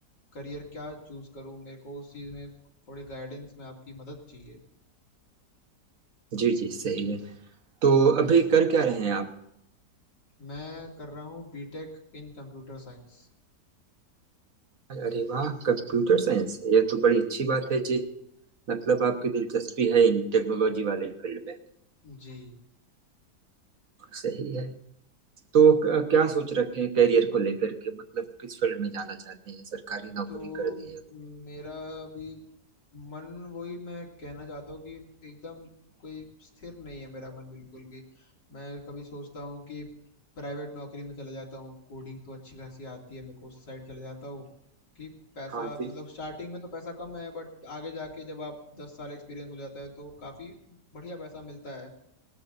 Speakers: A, on the left; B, on the right.
A: करियर क्या चूज़ करूँ मेरे को उस चीज़ में थोड़ी गाइडेंस में आपकी मदद चाहिए
B: जी जी सही है तो
A: हम्म
B: अभी कर क्या रहे हैं आप
A: मैं कर रहा हूँ बीटेक इन कंप्यूटर साइंस
B: अरे वाह कंप्यूटर साइंस यह तो बड़ी अच्छी बात है जी मतलब आपकी दिलचस्पी है इन टेक्नोलॉजी वाले फील्ड में
A: जी
B: सही है तो क- क्या सोच रखे हैं करियर को लेकर के मतलब किस फील्ड में जाना चाहते हैं सरकारी नौकरी
A: तो
B: करनी है
A: मेरा भी मन वही मैं कहना चाहता हूँ कि एकदम कोई स्थिर नहीं है मेरा मन बिल्कुल भी मैं कभी सोचता हूँ कि प्राइवेट नौकरी में चला जाता हूँ कोडिंग तो अच्छी खासी आती है मेरे को उस साइड चला जाता हूँ कि पैसा
B: हाँ जी
A: मतलब स्टार्टिंग में तो पैसा कम है बट आगे जाके जब आप दस साल एक्सपीरियंस हो जाता है तो काफ़ी बढ़िया पैसा मिलता है